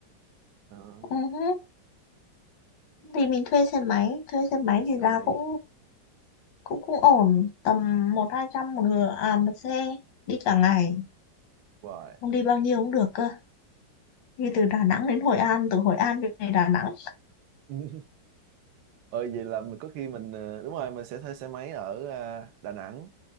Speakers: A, on the right (about 80°); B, on the left (about 85°).
A: đó
B: Ừ hứ. thì mình thuê xe máy thuê xe máy
A: rồi sau
B: thì giá
A: này
B: cũng cũng cũng ổn tầm một hai trăm một người à một xe đi cả ngày
A: hoài
B: không đi bao nhiêu cũng được cơ đi từ Đà Nẵng đến Hội An từ Hội An về Đà Nẵng
A: <laughs> ờ vậy là mình có khi mình ờ, đúng rồi mình sẽ thuê xe máy ở ờ, Đà Nẵng